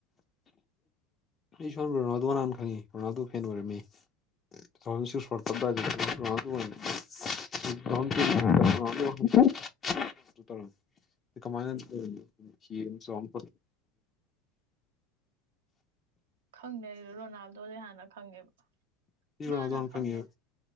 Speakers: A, on the left; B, on the right.
A: ꯑꯩ ꯁꯣꯝ ꯔꯣꯅꯥꯜꯗꯣ ꯅꯥꯟ ꯈꯪꯉꯤ ꯔꯣꯅꯥꯜꯗꯣ ꯐꯦꯟ ꯑꯣꯏꯔꯝꯃꯤ ꯁꯨꯄ <unintelligible> ꯀꯃꯥꯏꯅ ꯆꯣꯡ
B: ꯈꯪꯗꯦ ꯑꯩ ꯔꯣꯅꯥꯜꯗꯣ ꯂꯩꯦ ꯍꯥꯟꯅ ꯈꯪꯉꯦꯕ ꯃꯥꯅ
A: ꯔꯣꯅꯥꯜꯗꯣꯅ
B: ꯈꯪꯗꯦ
A: ꯈꯪꯉꯦꯕ